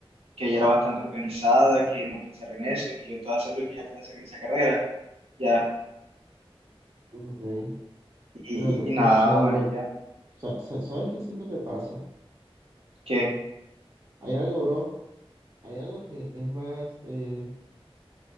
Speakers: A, on the right; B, on the right.
A: que ella era bastante organizada, que no pensara en eso, que yo estaba seguro que ella podía hacer esa carrera, ya,
B: ok.
A: y,
B: Pero no,
A: y, y
B: no
A: nada,
B: sé,
A: amarilla,
B: bro. Sa- sa- ¿Sabes qué siento que pasa?
A: ¿qué?
B: Hay algo, bro. Hay algo que es más, eh,